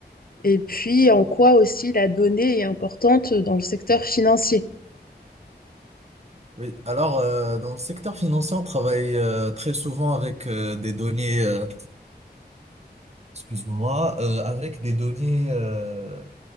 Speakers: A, on the left (about 55°); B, on the right (about 40°).
A: Et puis en quoi aussi la donnée est importante dans le secteur financier.
B: Oui, alors euh, dans le secteur financier, on travaille euh, très souvent avec euh, des données, euh, excuse-moi, euh, avec des données, euh,